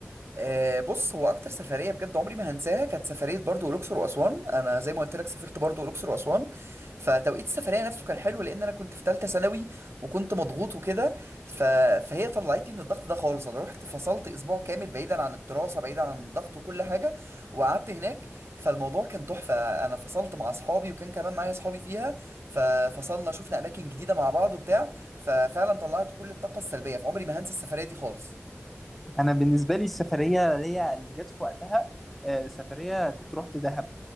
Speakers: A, on the right; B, in the centre.
A: آه، بص هو اكتر سفريه بجد عمري ما هنساها كانت سفريه برضو الاقصر واسوان انا زي ما قلت لك سافرت برضو الاقصر واسوان فتوقيت السفريه نفسه كان حلو لان انا كنت في ثالثه ثانوي وكنت مضغوط وكده ف... فهي طلعتني من الضغط ده خالص انا رحت فصلت اسبوع كامل بعيدا عن الدراسه بعيدا عن الضغط وكل حاجه وقعدت هناك فالموضوع كان تحفه انا فصلت مع اصحابي وكان كمان معايا اصحابي فيها ففصلنا شفنا اماكن جديده مع بعض وبتاع ففعلا طلعت كل الطاقه السلبيه فعمري ما هنسى السفريه دي خالص
B: انا بالنسبه لي السفريه اللي هي اللي جت في وقتها آه، سفريه كنت رحت دهب